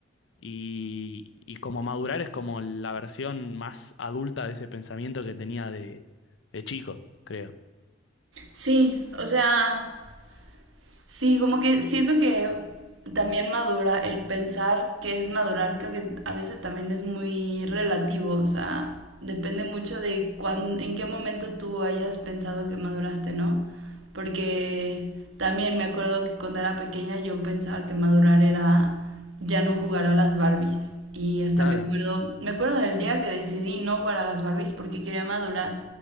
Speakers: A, on the left; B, on the right.
A: Y, y como madurar es como la versión más adulta de ese pensamiento que tenía de, de chico, creo.
B: Sí, o sea, Sí, como que siento que también madura, el pensar que es madurar, creo que a veces también es muy relativo, o sea, depende mucho de cuán, en qué momento tú hayas pensado que maduraste, ¿no? Porque también me acuerdo que cuando era pequeña yo pensaba que madurar era ya no jugar a las Barbies. Y hasta
A: Claro,
B: me acuerdo, me acuerdo del día que decidí no jugar a las Barbies porque quería madurar.